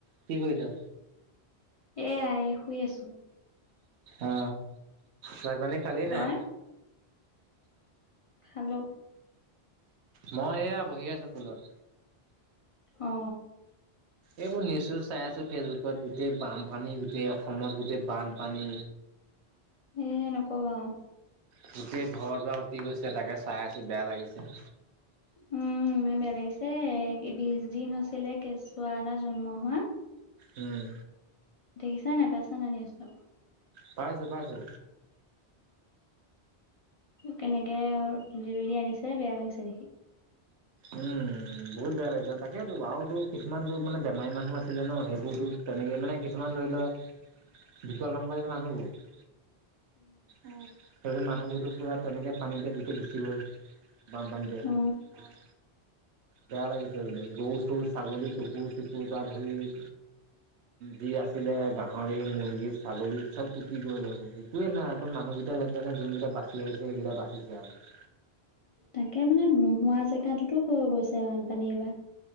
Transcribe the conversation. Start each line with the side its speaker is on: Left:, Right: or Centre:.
Right: কি কৰিছ
Left: এয়া এ শুই আছো
Right: অ ভাত পানী খালি
Left: তই
Right: নাই
Left: খালো
Right: মই এয়া বহি আছো ফুলত
Left: অ
Right: এইবোৰ নিউজ চিউজ চাই আছো ফেচবুকত গোটেই বানপানী গোটেই অসমত গোটেই বানপানী
Left: এ নকবা আও
Right: গোটেই ঘৰ-দুৱাৰ উতি গৈছে তাকে চাই আছো বেয়া লাগিছে।
Left: উম ইমান বেয়া লাগিছে বিশ দিন হৈছিলে কেঁচুৱা এটা জন্ম হোৱা
Right: উম
Left: দেখিছা নাই পাইছা নে নাই নিউজটো
Right: পাইছো পাইছো
Left: কেনেকে তুলি তুলি আনিছে বেয়া লাগিছে দেখি
Right: উম বহুত বেয়া লাগিছে তাকেইেতো আৰুতো কিছুমানতো মানে বেমাৰী মানুহ আছিলে ন সেইবোৰতো তেনেকে মানে কিছুমান ধৰি লওক বিকলাংগ যে মানুহবোৰ উম সেইবোৰ মানুহবোৰতো পুৰা তেনেকে পানীতে গোটে গুচি গ'ল বানপানীতে
Left: অ
Right: অঁ বেয়া লাগিছে গোটে গৰু চৰু ছাগলী কুকুৰ চুকুৰ পৰা ধৰি উ যি আছিলে গাহৰি মুৰ্গী ছাগলী চব উতি গ'ল আৰু একোৱে নাই অকল মানুহকেইটা যেন তেনে যোনকেইটা বাচিছে সেইকেইটা বাচিছে আৰু
Left: তাকে মানে নোহোৱা জেগাাততো হৈ গৈছে বানপানী এইবাৰ